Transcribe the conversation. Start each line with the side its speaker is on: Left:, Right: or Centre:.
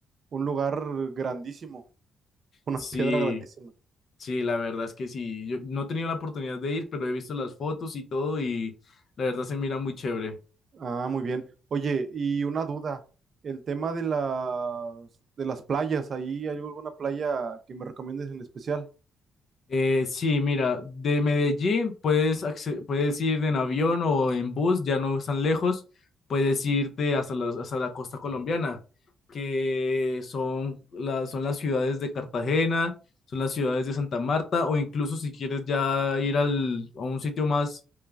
Right: un lugar grandísimo, <laughs> una
Left: Sí.
Right: piedra grandísima.
Left: Sí, la verdad es que sí. Yo no he tenido la oportunidad de ir, pero he visto las fotos y todo y la verdad se mira muy chévere.
Right: Ah, muy bien. Oye, y una duda, el tema de las de las playas, ¿ahí hay alguna playa que me recomiendes en especial?
Left: Eh, sí, mira, de Medellín puedes, acce- puedes ir en avión o en bus, ya no están lejos, puedes irte hasta la, hasta la costa colombiana, que son, las son las ciudades de Cartagena, son las ciudades de Santa Marta o incluso si quieres ya ir al, a un sitio más,